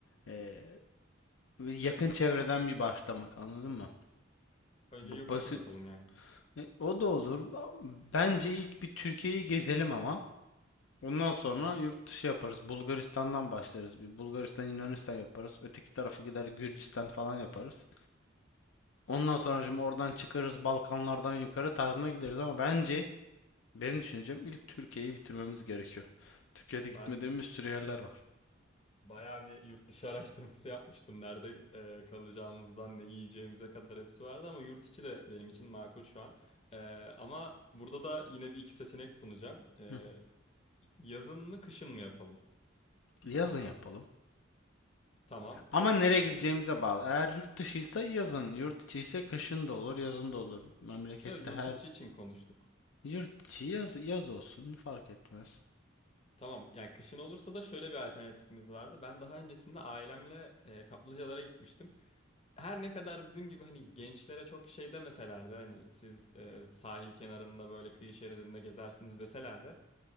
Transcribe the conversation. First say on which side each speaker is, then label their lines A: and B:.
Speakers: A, on the left; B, on the left.
A: eee, yakın çevreden bir başlamak anladın mı?
B: Önce
A: Bu
B: yurt
A: basit
B: içi mi yapalım yani?
A: E, o da olur. Bence ilk bir Türkiye'yi gezelim ama. Ondan sonra yurt dışı yaparız. Bulgaristan'dan başlarız. Bir Bulgaristan, Yunanistan yaparız. Öteki tarafı gider Gürcistan falan yaparız. Ondan sonra şimdi oradan çıkarız Balkanlardan yukarı tarzına gideriz ama bence benim düşüncem ilk Türkiye'yi bitirmemiz gerekiyor. Türkiye'de
B: Ben
A: gitmediğimiz bir sürü yerler var.
B: Bayağı bir yurt dışı araştırması yapmıştım. Nerede e, kalacağımızdan ne yiyeceğimize kadar hepsi vardı ama yurt içi de benim için makul şu an. E, ama burada da yine bir iki seçenek sunacağım. E,
A: Hı.
B: yazın mı kışın mı yapalım?
A: Yazın yapalım.
B: Tamam.
A: Ama
B: E,
A: nereye gideceğimize
B: bir, de-
A: bağlı. Eğer yurt dışıysa yazın, yurt içiyse kışın da olur, yazın da olur. Memlekette
B: yo, yurt
A: her
B: içi için konuştuk.
A: Yurt içi yaz, yaz olsun fark etmez.
B: Tamam. Yani kışın olursa da şöyle bir alternatifimiz vardı. Ben daha öncesinde ailemle e, kaplıcalara gitmiştim. Her ne kadar bizim gibi hani gençlere çok şey demeseler de hani siz e, sahil kenarında böyle kıyı şeridinde gezersiniz deseler de